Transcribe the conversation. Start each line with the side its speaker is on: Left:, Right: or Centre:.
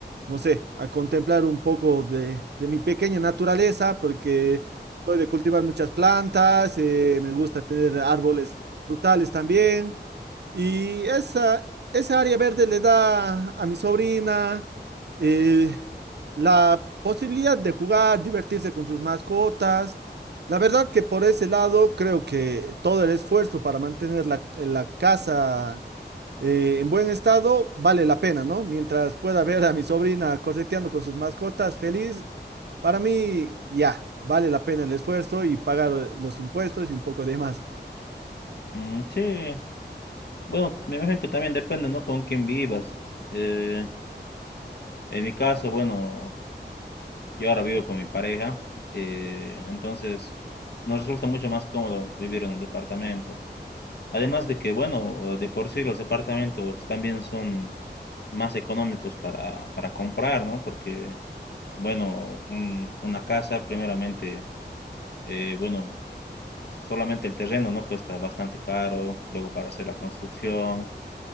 Right: no sé, a contemplar un poco de, de mi pequeña naturaleza, porque soy de cultivar muchas plantas, eh, me gusta tener árboles frutales también. Y esa, esa área verde le da a mi sobrina eh, la posibilidad de jugar, divertirse con sus mascotas. La verdad que por ese lado creo que todo el esfuerzo para mantener la, la casa eh, en buen estado vale la pena, ¿no? Mientras pueda ver a mi sobrina correteando con sus mascotas feliz, para mí ya vale la pena el esfuerzo y pagar los impuestos y un poco de más.
Left: Mm, sí, bueno, me imagino que también depende, ¿no? Con quién vivas. Eh, en mi caso, bueno, yo ahora vivo con mi pareja, eh, entonces nos resulta mucho más cómodo vivir en un departamento. Además de que, bueno, de por sí los departamentos también son más económicos para, para comprar, ¿no? Porque, bueno, un- una casa, primeramente, eh, bueno, solamente el terreno, ¿no? Cuesta bastante caro, luego para hacer la construcción.